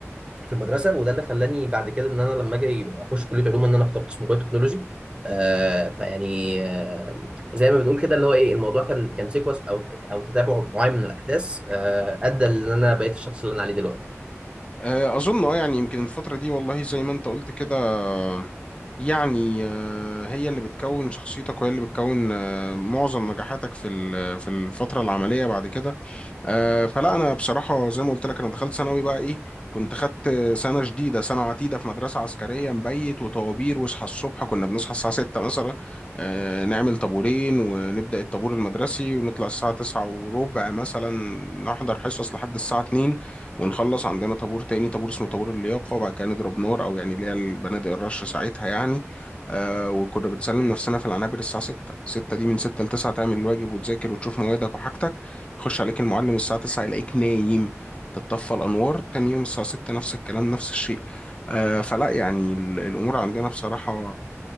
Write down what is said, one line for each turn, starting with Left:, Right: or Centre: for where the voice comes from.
Right: في المدرسه وده اللي خلاني بعد كده ان انا لما اجي اخش كليه علوم ان انا اخترت اسمه بايو تكنولوجي آه فيعني آه زي ما بنقول كده اللي هو ايه الموضوع كان كان سيكونس او او تتابع معين من الاحداث آه ادى ان انا بقيت الشخص اللي انا عليه دلوقتي
Left: آه، أظن أه يعني يمكن الفترة دي والله زي ما أنت قلت كده يعني آه، هي اللي بتكون شخصيتك وهي اللي بتكون آه، معظم نجاحاتك في ال- في الفترة العملية بعد كده آه، فلا انا بصراحه زي ما قلت لك انا دخلت ثانوي بقى ايه كنت خدت سنه جديده سنه عتيده في مدرسه عسكريه مبيت وطوابير واصحى الصبح كنا بنصحى الساعه 6 مثلا آه، نعمل طابورين ونبدا الطابور المدرسي ونطلع الساعه 9 وربع مثلا نحضر حصص لحد الساعه 2 ونخلص عندنا طابور تاني طابور اسمه طابور اللياقه وبعد كده نضرب نار او يعني اللي هي البنادق الرش ساعتها يعني آه وكنا بنسلم نفسنا في العنابر الساعة 6 6 دي من 6 ل 9 تعمل الواجب وتذاكر وتشوف موادك وحاجتك يخش عليك المعلم الساعة 9 يلاقيك نايم تتطفى الأنوار تاني يوم الساعة 6 نفس الكلام نفس الشيء آه فلا يعني ال- الأمور عندنا بصراحة